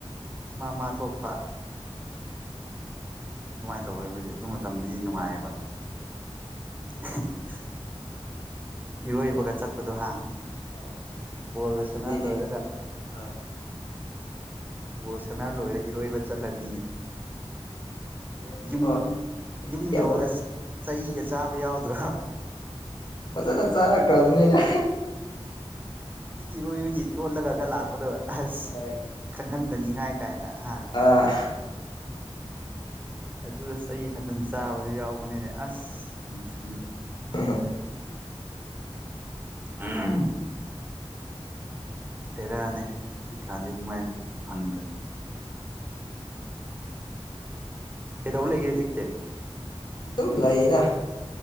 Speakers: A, on the right (about 15°); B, on the left (about 45°).
A: ꯃꯥ ꯃꯥ ꯊꯣꯛꯄ꯫
B: ꯎꯝ꯫
A: ꯑꯗꯨꯃꯥꯏꯅ ꯇꯧꯋꯦ ꯍꯣꯏꯗꯤ ꯑꯗꯨ ꯃꯇꯝꯗꯗꯤ ꯅꯨꯡꯉꯥꯏꯑꯕ꯫
B: ꯎꯝ꯫
A: <unintelligible> ꯏꯔꯣꯏꯕꯒ ꯆꯠꯄꯗꯣ ꯍꯥ
B: ꯍꯣꯏ ꯑꯁ
A: ꯕꯣꯜꯒ
B: ꯅꯨꯡꯉꯥꯏꯕꯅꯤꯅꯦ
A: ꯁꯥꯟꯅꯔ ꯂꯣꯏꯔꯒ꯫
B: ꯍꯣꯏ
A: ꯕꯣꯜ ꯁꯥꯟꯅ ꯂꯣꯏꯔ ꯏꯔꯣꯏꯕ ꯆꯠꯂꯅꯤ꯫
B: ꯂꯣꯏꯕ
A: ꯌꯨꯝ
B: ꯐꯥꯎ ꯆꯍꯤ
A: ꯌꯨꯝ ꯌꯧꯔꯒꯁ
B: ꯑꯃ
A: ꯆꯩꯒ ꯆꯥꯕ ꯌꯥꯎꯗ꯭ꯔꯣ
B: ꯐꯖꯅ ꯆꯥꯔꯛꯈ꯭ꯔꯕꯅꯤꯅ
A: ꯏꯔꯣꯏꯕꯒꯤ ꯆꯣꯠꯂꯒꯒ ꯂꯥꯛꯄꯗꯣ ꯑꯁ
B: ꯍꯣꯏ
A: ꯈꯪꯍꯟꯗꯅꯤꯉꯥꯏ꯫ ꯀꯥꯏꯅ ꯍꯥ
B: ꯑꯥ
A: ꯑꯗꯨ ꯆꯩ ꯐꯖꯅ ꯆꯥꯕꯗ ꯌꯥꯎꯕꯅꯤꯅꯦ ꯑꯁ ꯅꯨꯡꯁꯤꯌꯦ꯫
B: ꯍ ꯍ꯫
A: ꯑꯍꯝ꯫ ꯕꯦꯔꯥ ꯅꯦ ꯍꯧꯖꯤꯛꯀꯥꯟꯗꯤ ꯑꯗꯨꯃꯥꯏꯁꯨ ꯐꯪꯗ꯭ꯔꯦ꯫ ꯀꯩꯗꯧ ꯂꯩꯒꯦ ꯖꯤꯛꯇꯤ꯫
B: ꯇꯨꯝ ꯂꯩꯌꯦꯗ꯫